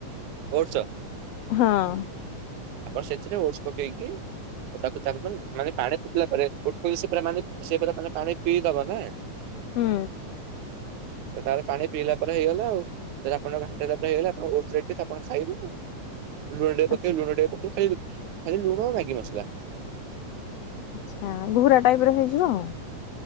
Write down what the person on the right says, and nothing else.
ଓଢ଼ସ୍।
ଆପଣ ସେଥିରେ ଓଢ଼ସ୍ ପକେଇକି ଓ ତାକୁ ତା ମାନେ ପାଣି ଉଠିଲା ପରେ ଓଢସ୍ ସେ ପୁରା ମାନେ ସେ ପୁରା ମାନେ ପାଣି ପିଇଦବ ନା।
ତାର ପାଣି ପିଇଲା ପରେ ହେଇଗଲା ଆଉ। ଏରାପରେଘଣ୍ଟାପରେ ହେଇଗଲାଓଢ଼ସ୍ ରେଡି ତ ଆପଣଖାଇବେ ଆଉ। ଲୁଣ ପକେଇ
ଲୁଣ ପକେଇ ଖାଲି ଲୁଣ ମ୍ୟାଗି ମସଲା